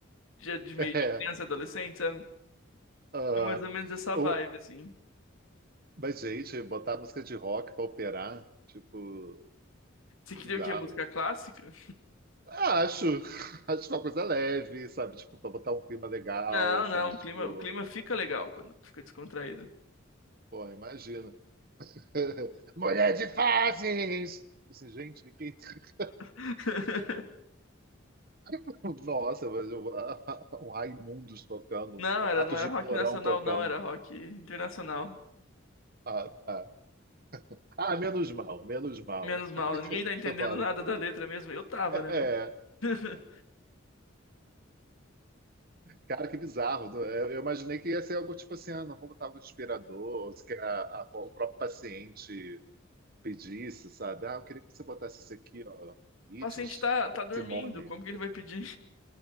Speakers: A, on the left; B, on the right.
A: Já de meio
B: É,
A: de criança, adolescente, sabe?
B: ah,
A: É mais ou menos essa
B: o,
A: vibe, assim.
B: Mas, gente, botar música de rock pra operar, tipo,
A: Você queria
B: bizarro.
A: o quê? Música clássica?
B: Ah, acho, <laughs> acho é uma coisa leve, sabe? Tipo, pra botar um clima legal,
A: Não,
B: sabe?
A: não,
B: Tipo,
A: o clima, o clima fica legal quando tu fica descontraído.
B: porra, imagino. <laughs> Mulher de fases! Tipo Assim, gente, que, que... é isso?
A: <laughs>
B: <laughs> Nossa, mas eu- <laughs> um Raimundos tocando,
A: Não,
B: um
A: era,
B: Ratos
A: não era
B: de
A: rock
B: Porão
A: nacional,
B: tocando.
A: não, era rock internacional.
B: Ah, tá. Ah, menos mal, menos mal.
A: Menos mal,
B: <laughs>
A: né? ninguém tá entendendo
B: Vale.
A: nada da letra mesmo. Eu tava,
B: É.
A: né, mas... <laughs>
B: Cara, que bizarro. Eu eu imaginei que ia ser algo tipo assim, ah, não vamos botar algo inspirador, ou se que a- a- o próprio paciente pedisse, sabe? Ah, eu queria que você botasse isso aqui, ó, hits
A: O paciente tá, tá
B: da
A: dormindo,
B: Simone.
A: como que ele vai pedir?